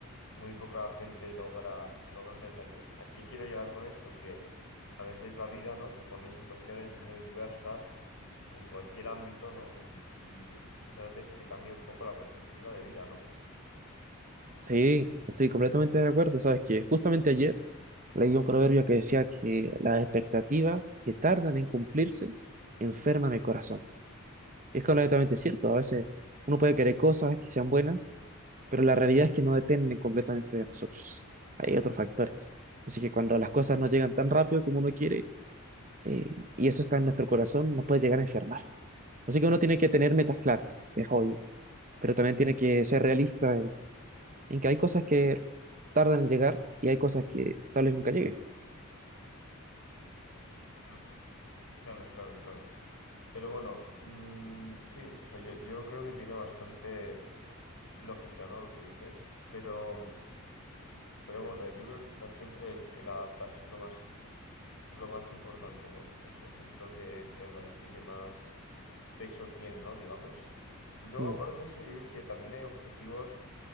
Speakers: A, on the left; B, on the right.
A: muy poca gente logra, logra entender bien. ¿A qué quiero llegar con esto? Que a veces la vida, ¿no? te pone en situaciones muy diversas en cualquier ámbito, ¿no? Y, y muchas veces te cambia un poco la perspectiva de vida, ¿no?
B: Sí, estoy completamente de acuerdo. Sabes que justamente ayer leí un proverbio que decía que las expectativas que tardan en cumplirse enferman el corazón. Y es completamente cierto. A veces uno puede querer cosas que sean buenas, pero la realidad es que no dependen completamente de nosotros. Hay otros factores. Así que cuando las cosas no llegan tan rápido como uno quiere, eh, y eso está en nuestro corazón, nos puede llegar a enfermar. Así que uno tiene que tener metas claras, es obvio, pero también tiene que ser realista en, en que hay cosas que tardan en llegar y hay cosas que tal vez nunca lleguen.
A: Claro. Claro, claro, claro. Pero bueno, mm, sí, o sea, yo, yo creo que tiene bastante lógica, ¿no? Lo que dices, pero, pero bueno, yo creo que está siempre el, el adaptarse es lo más, lo más importante, ¿no? O sea, eso es lo que me parece que más peso tiene, ¿no? Digamos. Y luego,
B: Mm,
A: aparte de eso, yo creo que también hay objetivos